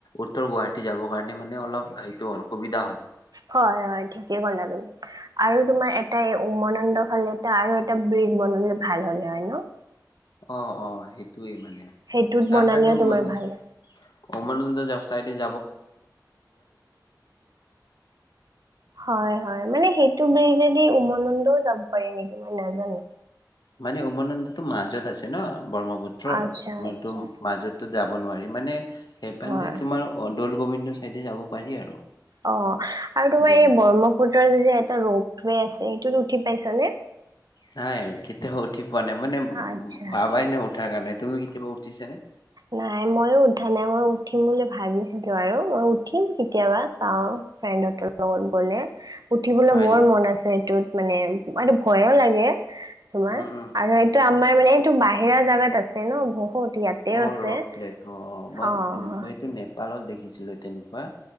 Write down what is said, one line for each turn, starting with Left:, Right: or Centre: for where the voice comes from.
Left: উত্তৰ গুৱাহাটী যাবৰ কাৰণে মানে অলপ সেইটো হ'ল, সুবিধা হ'ল।
Right: হয়, হয় ঠিকে ক'লা তুমি। আৰু তুমাৰ এটাই উমানন্দ ফালে এটা আৰু এটা ব্ৰিজ বনালে ভাল হ'ল হয় ন?
Left: অ, অ' সেইটয়ে মানে
Right: সেইটোত
Left: তাৰ
Right: বনালেও
Left: কাৰণে উমান
Right: তোমাৰ
Left: দচা
Right: ভাল হয়
Left: উমানন্দা যাও চাইদে
Right: হয়, হয় মানে সেইটো বিজেদি উমানন্দও যাব পাৰি নেকি মই নাজানো।
Left: মানে উমানন্দটো মাজত আছে ন ব্ৰহ্মপুত্ৰৰ
Right: আচ্ছা
Left: সোঁটো
Right: আচ্ছা
Left: মাজতো। যাব নোৱাৰি। মানে সেইপান
Right: হয়
Left: তোমাৰ দৌল গোবিন্দ চাইডে যাব পাৰি আৰু।
Right: অ, আৰু তোমাৰ
Left: দৌল
Right: এই ব্ৰহ্মপুত্ৰৰ যে এটা ৰোপৱে আছে সেইটোত উঠি পাইছা নে?
Left: নাই কেতিয়াও উঠি পোৱা নাই, মানে
Right: আচ্ছা
Left: ভাবাই নাই উঠাৰ কাৰণে। তুমি কেতিয়াবা উঠিছা নে?
Right: নাই ময়ো উঠা নাই মই উঠিম বুলি ভাবিছিলো আৰু মই উঠিম কেতিয়াবা চাওঁ। ফ্ৰেণ্ডহ‍ঁতৰ লগত গলে উঠিবলে
Left: হয়
Right: বৰ
Left: নি
Right: মন আছে এইটোত মানে। এইটো ভয়ো লাগে তোমাৰ,
Left: উম উম
Right: আৰু এইটো আমাৰ মানে এইটো বাহিৰা জাগাত আছে ন বহুত। ইয়াতেও
Left: অ!
Right: আছে
Left: ৰ <unintelligible> অ মই-মই
Right: অঁ হয়
Left: এইটো নেপালত দেখিছিলো তেনেকুৱা।